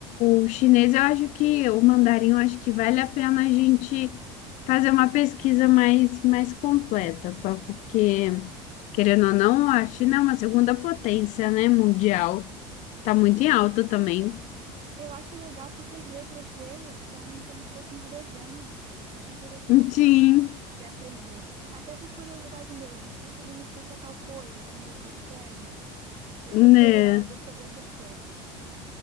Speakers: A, on the left; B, on the right.
A: o, o chinês, eu acho que, o mandarim, eu acho que vale a pena a gente fazer uma pesquisa mais, mais completa, pa- porque, querendo ou não, a China é uma segunda potência, né, mundial. Tá muito em alta também.
B: Eu acho legal porque as letras deles são como se fossem uns desenhos. Eu acho interessante.
A: Sim,
B: de aprender, até por curiosidade mesmo, o que significa tal coisa, como você escreve. Eu
A: né?
B: fico curiosa sobre essas coisas.